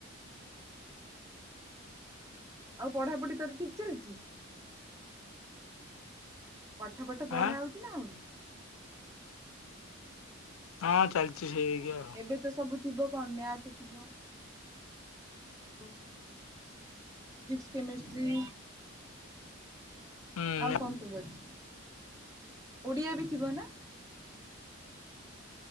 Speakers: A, on the right; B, on the left.
A: ଆଉ ପଢ଼ାପଢ଼ି ତୋର ଠିକ୍ ଚାଲିଛି? ପାଠ ଫାଠ ପଢା
B: ଆଁ
A: ହଉଛି ନା ହଉନି?
B: ହଁ ଚାଲିଛି ସେଇ ଇଏ ଆଉ।
A: ଏବେ ତ ସବୁ ଥିବ କଣ ମ୍ୟାଥ୍ ଥିବ ଆଉ ଫିଜିକ୍ସ କେମେଷ୍ଟ୍ରି ହଁ
B: ହୁଁ
A: ଆଉ କଣ ସବୁ ଅଛି ଓଡ଼ିଆ ବି ଥିବ ନା?